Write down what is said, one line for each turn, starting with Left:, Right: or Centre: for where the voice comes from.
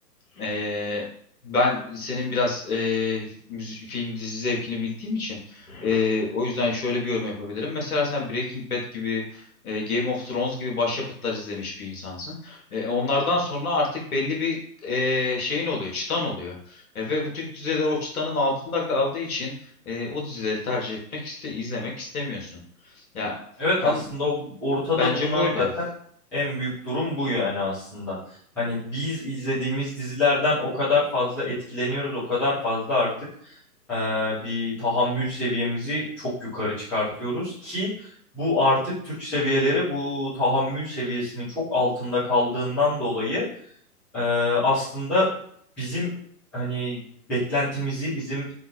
Left: Eee, ben senin biraz eee, müzi- film dizi zevkini bildiğim için eee, o yüzden şöyle bir yorum yapabilirim. Mesela sen Breaking Bad gibi eee, Game of Thrones gibi başyapıtlar izlemiş bir insansın. Eee, onlardan sonra artık belli bir eee, şeyin oluyor, çıtan oluyor. E, ve bu tür diziler o çıtanın altında kaldığı için eee, o dizileri tercih etmek iste izlemek istemiyorsun. Ya
Centre: Evet
Left: ben
Centre: aslında o ortada
Left: bence
Centre: bulunan
Left: böyle.
Centre: zaten en büyük durum bu yani aslında. Hani biz izlediğimiz dizilerden o kadar fazla etkileniyoruz, o kadar fazla artık e, bir tahammül seviyemizi çok yukarı çıkartıyoruz ki bu artık Türk seviyeleri bu tahammül seviyesinin çok altında kaldığından dolayı e, aslında bizim hani beklentimizi, bizim